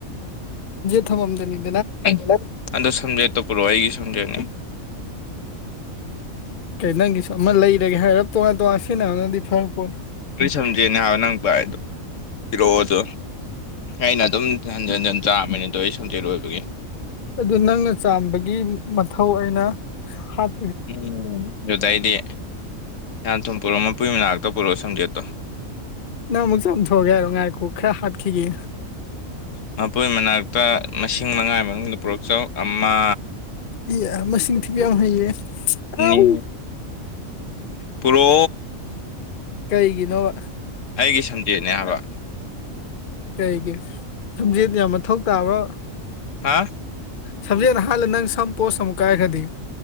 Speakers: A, on the left; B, on the left.
A: ꯊꯃꯝꯗꯅꯤ
B: ꯑꯩꯒꯤꯃꯨꯛ ꯑꯥꯗꯣ ꯁꯝꯖꯦꯠꯇꯣ ꯄꯨꯔꯣꯑꯣ ꯑꯩꯒꯤ ꯁꯝꯖꯦꯅꯤ
A: ꯀꯩ ꯅꯪꯒꯤꯁꯨ ꯃ ꯂꯩꯔꯒꯦ ꯍꯥꯏꯔꯞ ꯇꯣꯉꯥꯟ ꯇꯣꯉꯥꯟ ꯁꯤꯅ ꯅꯪꯗꯤ ꯐꯔꯛꯄꯣꯠꯅꯤ
B: ꯑꯩ ꯁꯝꯖꯦꯅꯦ ꯍꯥꯏꯕ ꯅꯪ ꯄꯥꯏꯗꯣ ꯄꯤꯔꯛꯑꯣꯗꯣ ꯑꯩꯅ ꯑꯗꯨꯝ ꯍꯟꯖꯤꯟ
A: ꯎꯝ
B: ꯍꯟꯖꯤꯟ ꯆꯥꯕꯅꯦ ꯑꯗꯣ ꯑꯩ ꯁꯝꯖꯦꯠ ꯑꯣꯏꯕꯒꯤ
A: ꯑꯗꯨ ꯅꯪꯅ ꯆꯥꯝꯕꯒꯤ ꯃ ꯊꯧ ꯑꯩꯅ ꯍꯥꯠ
B: ꯎꯝ ꯗꯨꯗꯩꯗꯤ ꯌꯥꯝ ꯇꯨꯝ ꯄꯨꯔꯛꯑꯣ ꯃꯄꯨꯏ ꯃꯅꯥꯛꯇ ꯄꯨꯔꯛꯑꯣ ꯁꯝꯖꯦꯠꯇꯣ
A: ꯅꯪ ꯃꯨꯛ ꯆꯝꯊꯣꯛꯑꯒꯦ ꯍꯥꯏꯔꯣ ꯉꯥꯏꯈꯨ ꯈꯔ ꯍꯥꯠꯈꯤꯒꯦ
B: ꯃꯄꯨꯏ ꯃꯅꯥꯛꯇ ꯃꯁꯤꯡ ꯃꯉꯥꯒꯤ ꯃꯅꯨꯡꯗ ꯄꯣꯔꯛꯆꯧ ꯑꯃ
A: ꯏꯌꯥ ꯃꯁꯤꯡ ꯊꯤꯕ ꯌꯥꯝ ꯍꯩꯌꯦ
B: ꯑꯅꯤ
A: ꯑꯥꯎ
B: ꯄꯨꯔꯣ
A: ꯀꯩꯒꯤꯅꯣꯕ
B: ꯑꯩꯒꯤ ꯁꯟꯖꯦꯠꯅꯦ ꯍꯥꯏꯕ
A: ꯀꯩꯒꯤ ꯁꯝꯖꯦꯠ ꯌꯥꯝ ꯃꯊꯧ ꯇꯥꯕ꯭ꯔꯣ
B: ꯍꯥꯥ
A: ꯁꯖꯅ ꯍꯥꯜ ꯅꯪ ꯁꯝꯄꯣ ꯁ ꯑꯃꯨ ꯀꯥꯏ ꯈꯗꯤ